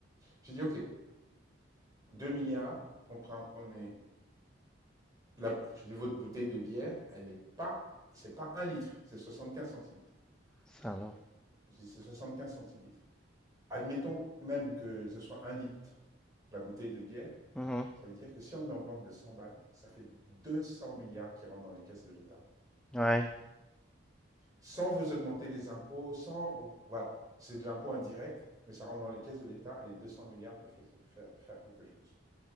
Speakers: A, on the right; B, in the centre.
A: Je dis, OK, Deux milliards, on, prend, on met la- je dis votre bouteille de bière, elle n'est pas, c'est pas un litre, c'est 75 centilitres.
B: Salaud.
A: C'est 75 centilitres. Admettons même que ce soit un litre la bouteille de bière,
B: Mhm.
A: ça veut dire que si on augmente de 100 balles, ça fait 200 milliards qui rentrent dans les caisses de l'État,
B: Ouais.
A: sans vous augmenter les impôts, sans, voilà, c'est de l'impôt indirect, mais ça rentre dans les caisses de l'État et les 200 milliards peuvent faire, faire- quelque chose.